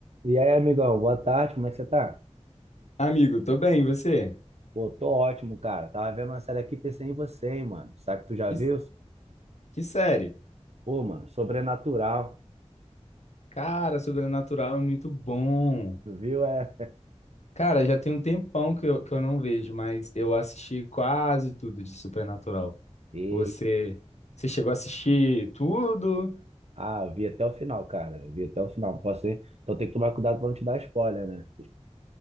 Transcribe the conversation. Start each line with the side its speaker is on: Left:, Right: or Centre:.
Right: E aí, amigão, boa tarde, como é que você tá?
Left: Amigo, tô bem, e você?
Right: Pô, tô ótimo, cara. Tava vendo uma série aqui e pensei em você, hein, mano. Sabe que tu já
Left: Que,
Right: viu?
Left: que série?
Right: Pô, mano, Sobrenatural.
Left: Cara, Sobrenatural é muito bom.
Right: Tu viu? É.
Left: Cara, já tem um tempão que eu, que eu não vejo, mas eu assisti quase tudo de Supernatural.
Right: E...
Left: Você, você chegou a assistir tudo?
Right: Ah, eu vi até o final, cara. Eu Vi até o final. Não posso ir. Então tem que tomar cuidado pra não te dar spoiler, né?